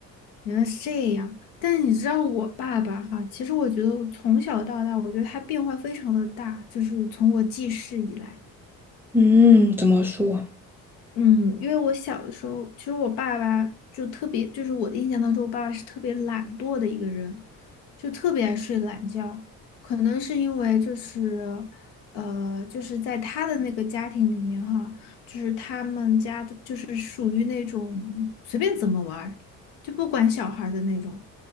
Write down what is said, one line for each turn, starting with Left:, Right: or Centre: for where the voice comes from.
Left: 原来是这样。但是你知道我爸爸哈，其实我觉得我从小到大，我觉得他变化非常的大，就是从我记事以来。
Centre: 嗯，怎么说？
Left: 嗯，因为我小的时候，其实我爸爸就特别，就是我的印象当中，我爸爸是特别懒惰的一个人，就特别爱睡懒觉。可能是因为就是，呃，就是在他的那个家庭里面哈，就是他们家的就是属于那种随便怎么玩儿，就不管小孩儿的那种，